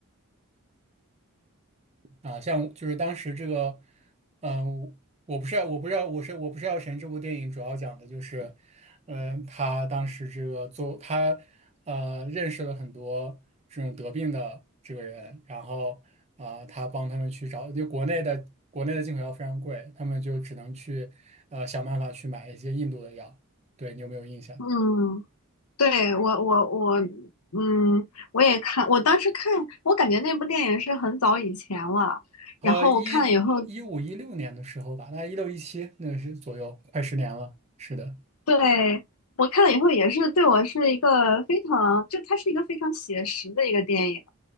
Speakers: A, on the right (about 30°); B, on the left (about 80°).
A: 啊？像就是当时这个，嗯，我不是我不知道我是我不是药神这部电影主要讲的就是，嗯，他当时这个做他呃认识了很多这种得病的这个人，然后啊、他帮他们去找，就国内的国内的进口药非常贵，他们就只能去呃想办法去买一些印度的药。对你有没有印象？
B: 嗯，对，我我我，嗯，我也看，我当时看，我感觉那部电影是很早以前了，
A: 呃，
B: 然后我看了以后，
A: 一一五一六年的时候吧，大概一六一七那个是左右，快十年了。是的，
B: 对，我看了以后也是对我是一个非常，就它是一个非常写实的一个电影，